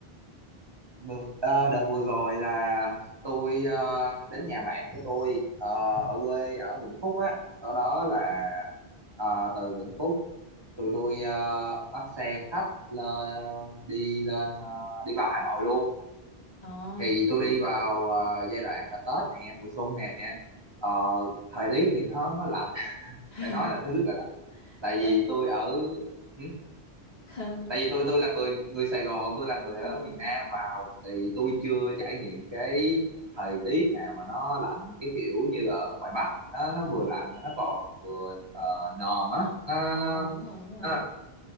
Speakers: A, on the right; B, on the left.
A: Vừa- à, đợt vừa rồi là tôi ờ, đến nhà bạn của tôi ờ, ở quê ở Vĩnh Phúc á sau đó là
B: Ờ.
A: ờ, từ Vĩnh Phúc tụi tôi ờ, bắt xe khách lên, đi lên ờ, đi vào Hà Nội luôn
B: Ờ.
A: thì tôi đi vào ờ, giai đoạn là Tết nè mùa xuân nè Ờ, thời tiết thì nó nó lạnh <laughs>
B: <laughs>
A: phải nói là nó rất là tại vì
B: Vậy
A: tôi ở ừ,
B: không.
A: tại vì tôi tôi là người người Sài Gòn tôi là người
B: Ừ.
A: ở miền Nam vào thì tôi chưa trải nghiệm cái thời tiết nào mà nó lạnh cái kiểu như ở ngoài Bắc nó nó
B: Ừ.
A: vừa lạnh mà nó còn vừa ờ, nồm á nó
B: Ờ
A: nó
B: đúng rồi, đúng rồi
A: nó
B: á.